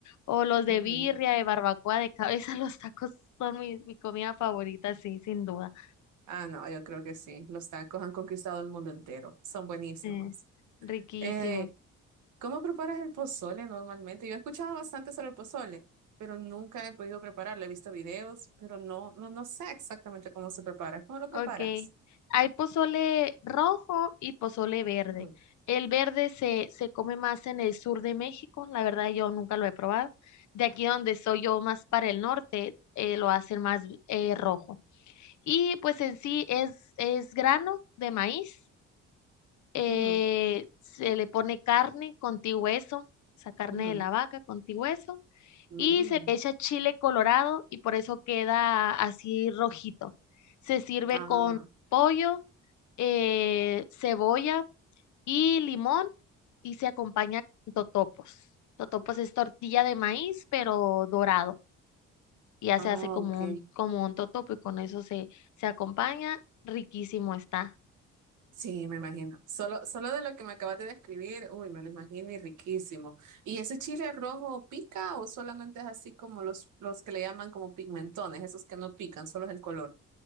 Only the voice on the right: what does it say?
Ujú.
Ah, no, yo creo que sí. Los tacos han conquistado el mundo entero. Son buenísimos.
Eh, ¿cómo preparas el pozole normalmente? Yo he escuchado bastante sobre el pozole, pero nunca he podido prepararlo. He visto videos, pero no, no, no sé exactamente cómo se prepara. ¿Cómo lo preparas?
Ujú,
ujú,
ujú.
Mm.
Ah.
Ah,
ok.
Sí, me imagino. Solo, solo de lo que me acabas de describir, uy, me lo imagino y riquísimo. ¿Y ese chile rojo pica o solamente es así como los, los que le llaman como pigmentones, esos que no pican, solo es el color?